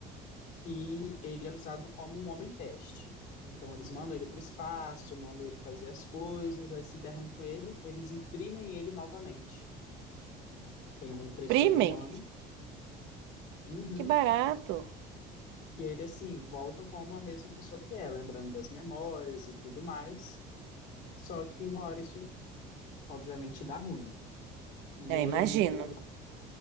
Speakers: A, on the left; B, on the right.
A: que ele é usado como um homem-teste. Então, eles mandam ele para o espaço, mandam ele fazer as coisas, aí se der ruim com ele, eles imprimem ele novamente. Tem uma impressora
B: Premium?
A: humana, Uhum.
B: Que barato.
A: E ele, assim, volta como a mesma pessoa que é, lembrando das memórias e tudo mais. Só que uma hora isso, obviamente, dá ruim. E
B: É,
A: aí
B: imagino.
A: é muito legal.